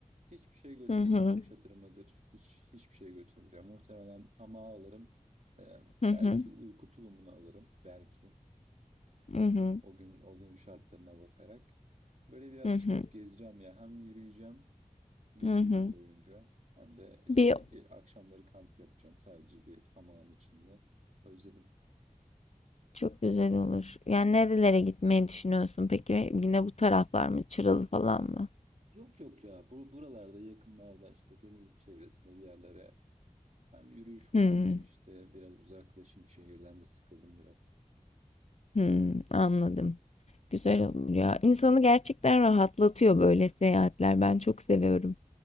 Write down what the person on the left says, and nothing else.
Hı hı.
Hı
hı.
Hı hı.
Hı hı.
Hı hı.
Hı
hı.
Bir
Çok güzel olur. Yani nerelere gitmeyi düşünüyorsun peki? Yine bu taraflar mı? Çıralı falan mı?
Hmm,
hmm, anladım. Güzel olur ya. İnsanı gerçekten rahatlatıyor böyle seyahatler. Ben çok seviyorum.